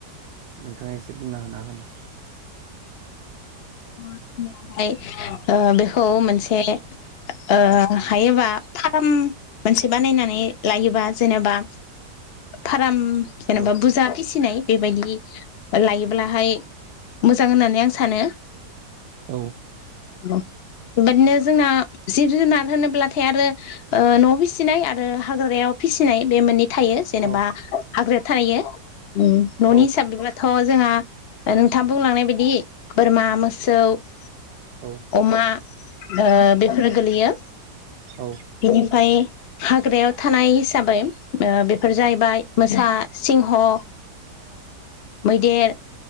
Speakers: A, on the right (about 70°); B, on the left (about 70°).
A: नोंथाङा एसे बुंना होनो हागोन ना?
B: ओमफाय ओ बेखौ मोनसे ओ हायोबा फाराम मोनसे बानायनानै लायोबा जेनेबा फाराम जेनेबा
A: औ
B: बुजा फिसि नाय बेबायदि लायोब्लाहाय मोजां होननानै आं सानो
A: औ।
B: बेबादिनो जोंना जिब जुनार होनोब्लाथाय आरो ओ न'आव फिसिनाय आरो हाग्रायाव फिसिनाय बे मोननै थायो जेनेबा
A: औ
B: हाग्राव थायो न'नि
A: औ
B: हिसाबैबाथ' जोंहा ओ नोंथाङां बुंलांनाय बायदि बोरमा मोसौ ओ
A: औ
B: अमा ओ बेफोर गोलैयो
A: औ
B: बिनिफ्राय हाग्रायाव थानाय हिसाबै ओ बे फोर जाहैबाय मोसा सिंह' ओ मैदेर